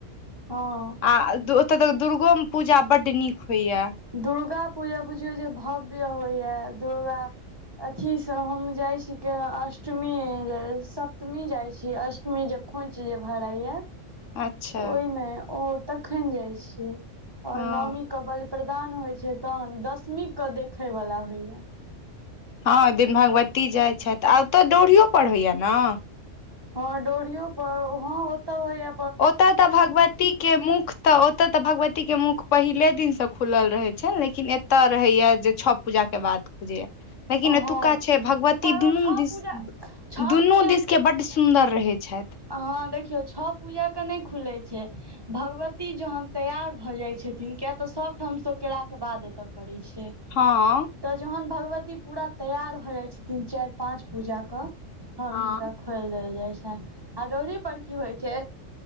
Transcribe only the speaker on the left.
आ ओ ओतऽ तऽ दुर्गो पुजा बड नीक होइयै।
अच्छा
हँ
हँ ओहि दिन भगवती जाइ छथि आ ओतऽ डोढ़ियो पर होइये नऽ
ओतय तऽ भगवती के मुख तऽ ओ ओतए तऽ भगवती के मुख पहिले दिन से खुलल रहे छै लेकिन एते रहे या जे छओ पूजा के बाद, खुज लेकिन एतुका
छै भगवती
दुनू
दिस
दुनू
दिस के बड्ड सुन्दर रहै छथि,
हँ।
हँ